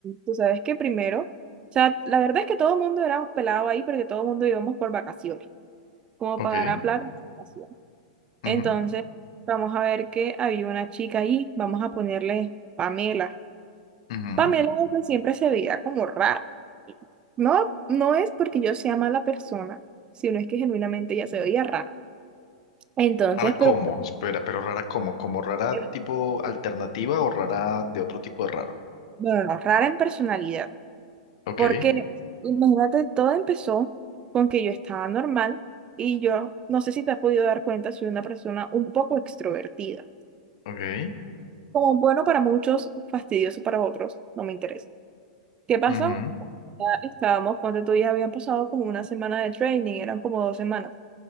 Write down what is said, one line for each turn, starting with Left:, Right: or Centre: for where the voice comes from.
Right: tú sabes que primero, o sea, la verdad es que todo el mundo éramos pelados ahí porque todo el mundo íbamos por vacaciones, como
Left: ok.
Right: para ganar plata por vacaciones.
Left: ujú,
Right: Entonces, vamos a ver que había una chica ahí, vamos a ponerle Pamela.
Left: ujú.
Right: Pamela desde siempre se veía como rara. No, no es porque yo sea mala persona, sino es que genuinamente ella se veía rara. Entonces,
Left: ¿Rara cómo?
Right: pero
Left: Espera, pero ¿rara cómo? ¿Como rara
Right: eh,
Left: tipo alternativa o rara de otro tipo de raro?
Right: bueno, rara en personalidad.
Left: Ok,
Right: Porque imagínate, todo empezó con que yo estaba normal y yo no sé si te has podido dar cuenta, soy una persona un poco extrovertida.
Left: ok.
Right: Como bueno para muchos, fastidioso para otros, no me interesa. ¿Qué pasó?
Left: ujú,
Right: Ya estábamos, ponte tú, ya habían pasado como una semana de training, eran como dos semanas.